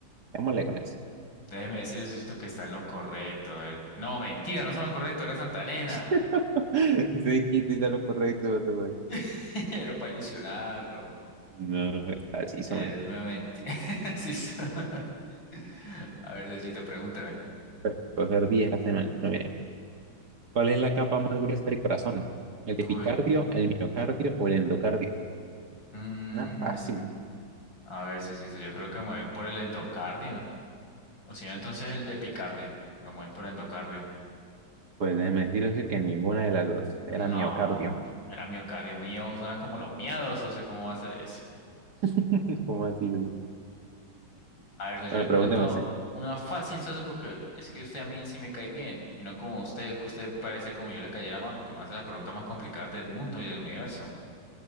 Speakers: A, on the right (about 55°); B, on the left (about 75°).
A: démosle con eso.
B: Déjeme decirle, Sosito, que está en lo correcto. A ver, No, mentira, no está en lo correcto, era Santa Elena.
A: <laughs> Ese dijiste está lo correcto, vato, güey.
B: <laughs> Era para ilusionarlo.
A: No, hombre, así
B: Es
A: son.
B: una mentira. <laughs> Sí soy. <laughs> A ver, Sosito, pregúnteme.
A: Pero puedo ser 10 la semana. No, mire. ¿Cuál es la capa más gruesa del corazón? ¿El epicardio,
B: Uy.
A: el miocardio o el endocardio?
B: Mm,
A: No, fácil.
B: a ver, Sosito, yo creo que me voy por el endocardio. O si no, entonces el epicardio. Promueve por endocardio.
A: Pues déjeme decirles que ninguna de las dos.
B: No,
A: Era miocardio.
B: era miocardio mío. Suena como los miados, socio. ¿Cómo va a ser eso?
A: <laughs> ¿Cómo así?
B: A ver, socio,
A: Bueno,
B: yo le pregunto
A: pregúnteme usted.
B: una fácil, socio, porque es que usted a mí sí me cae bien. Y no como usted, que usted parece como yo le cayera mal, porque me hace las preguntas más complicadas del mundo y del universo.